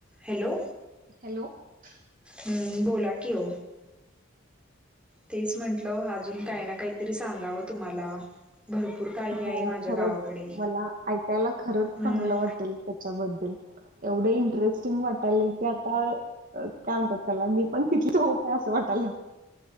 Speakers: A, in the centre; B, on the right.
A: Hello
B: hello <unintelligible>
A: हम्म बोला कि ओ तेच म्हंटलं अजून काही ना काहीतरी सांगावं तुम्हाला भरपूर काही
B: हो
A: आहे माझ्या
B: खरंच
A: गावाकडे
B: मला ऐकायला खरंच
A: हम्म
B: चांगलं वाटेल त्याच्याबद्दल एवढ इंटरेस्टिंग वाटालय की आता काय म्हणतात त्याला मी पण तिथलीच हो का असं वाटाल